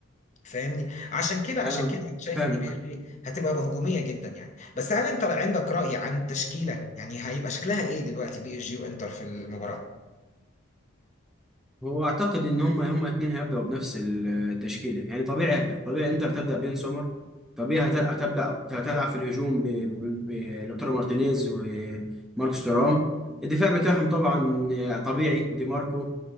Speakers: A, on the left; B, in the centre.
A: فاهمني عشان كده
B: انا
A: عشان كده انا شايف
B: فاهمك
A: ان بي اس جي هتبقى بهجوميه جدا يعني بس هل انت عندك راي عن التشكيله يعني هيبقى شكلها ايه دلوقتي بي اس جي وانتر في المباراه
B: هو اعتقد ان هم هم الاثنين هيبداوا بنفس التشكيله يعني طبيعي طبيعي انتر تبدا بين سومر طبيعي هت- هتبدا هتلعب في الهجوم ب- ب- بلوتارو مارتينيز وماركوس تورام الدفاع بتاعهم طبعا طبيعي دي ماركو